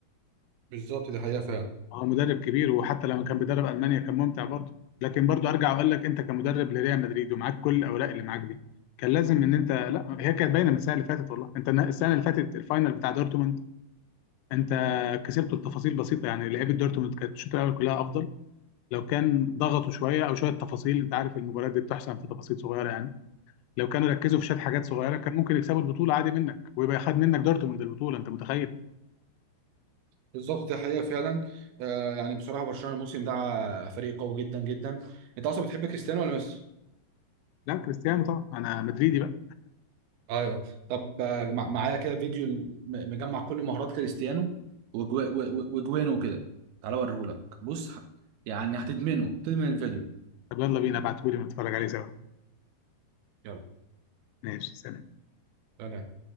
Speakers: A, on the right (about 75°); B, on the left (about 85°).
A: بالظبط دي حقيقه فعلا
B: هو مدرب كبير وحتى لما كان بيدرب المانيا كان ممتع برضه لكن برضه ارجع واقول لك انت كمدرب لريال مدريد ومعاك كل الاوراق اللي معاك دي كان لازم ان انت لا هي كانت باينه من السنه اللي فاتت والله انت السنه اللي فاتت الفاينل بتاع دورتموند انت كسبته بتفاصيل بسيطه يعني لعيبه دورتموند كانت الشوط الاول كلها افضل لو كان ضغطوا شويه او شويه تفاصيل انت عارف المباريات دي بتحسن في تفاصيل صغيره يعني لو كانوا ركزوا في شويه حاجات صغيره كان ممكن يكسبوا البطوله عادي منك ويبقى خد منك دورتموند البطوله انت متخيل
A: بالظبط دي حقيقة فعلا آه يعني بصراحة برشلونة الموسم ده فريق قوي جدا جدا انت اصلا بتحب كريستيانو ولا ميسي؟
B: لا كريستيانو طبعا انا مدريدي بقى
A: ايوه طب آه، مع- معايا كده فيديو م- مجمع كل مهارات كريستيانو وجوا- و- و- وجوانه كده تعالى اوريهولك بص ه- يعني هتدمنه تدمن الفيديو
B: طب يلا بينا ابعتهولي ونتفرج عليه سوا
A: يلا
B: ماشي سلام
A: سلام